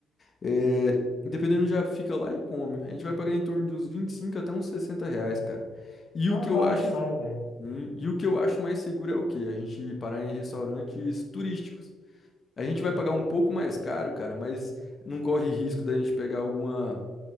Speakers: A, on the left; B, on the left.
A: É, dependendo, já fica lá e come. A gente vai pagar em torno de uns 25 até uns 60 reais, cara. E
B: Ah,
A: o que
B: barato
A: eu acho,
B: demais, velho.
A: hum, e o que eu acho mais seguro é o quê? A gente parar em restaurantes turísticos. A gente vai pagar um pouco mais caro, cara, mas não corre risco da gente pegar alguma,